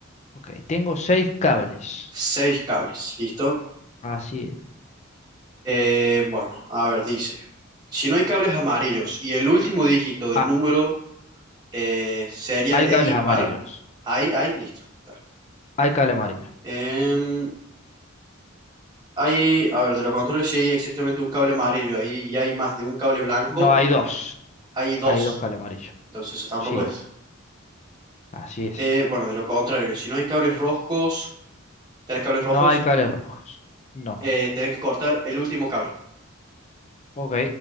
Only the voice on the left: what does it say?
Ok, tengo seis cables.
Así es.
Ah,
hay
cables
amarillos.
Hay cable amarillo.
No, hay dos.
Hay dos cables amarillos.
Sí,
así es.
No hay cables rojos. No.
Ok,